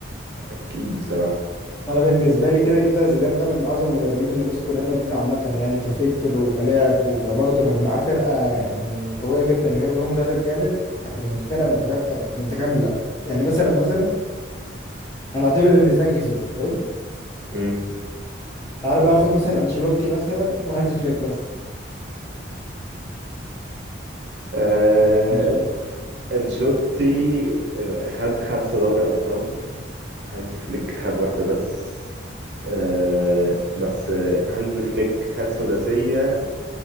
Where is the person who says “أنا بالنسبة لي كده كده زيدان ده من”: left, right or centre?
Left